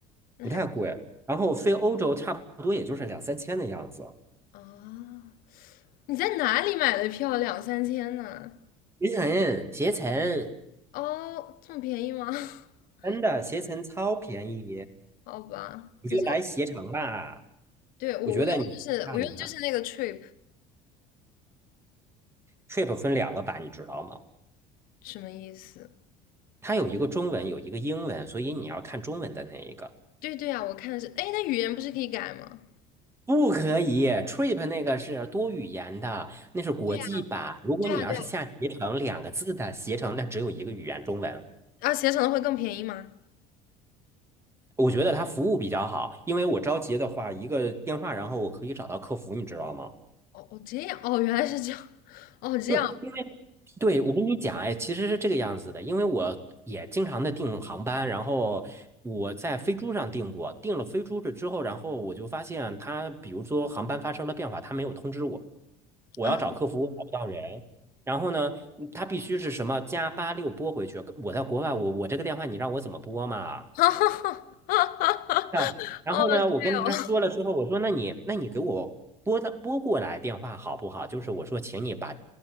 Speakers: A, on the left (about 65°); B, on the right (about 15°).
A: 那还
B: 不太贵。然后飞欧洲差不多也就是两三千的样子。
A: 啊，你在哪里买的票？两三千呢？
B: 携程，携程，
A: 哦，这么便宜吗？<laughs>
B: 真的携程超便宜，
A: 好吧，
B: 你就来携程吧。
A: 可是。对，我我用的就是我用的就是那个
B: 我觉得你看一看
A: trip，
B: ，Trip 分两个版，你知道吗？
A: 什么意思？
B: 它有一个中文，有一个英文，所以你要看中文的那一个。
A: 对对啊，我看的是，哎，那语言不是可以改吗？
B: 不可以，trip 那个是多语言的，那是国际版。
A: 对呀，
B: 如果你要是下携程两个字的携程，
A: 对呀，对呀，
B: 那只有一个语言中文。
A: 啊，携程的会更便宜吗？
B: 我觉得它服务比较好，因为我着急的话，一个电话，然后我可以找到客服，你知道吗？
A: 哦哦，这样，哦，原来是这样，哦，这样
B: 对，因为对我跟你讲，哎，其实是这个样子的，因为我也经常的订航班，然后我在飞猪上订过，订了飞猪这之后，然后我就发现它，比如说航班发生了变化，它没有通知我。我要找客服，
A: 啊，
B: 我找不到人。然后呢，嗯他必须是什么加八六拨回去。我在国外，我我这个电话你让我怎么拨嘛？
A: 哈哈哈哈哈，
B: 啊，然后呢，
A: 哦，
B: 我跟他说了之后，
A: 对哦，
B: 我说那你那你给我拨的拨过来电话好不好？就是我说，请你把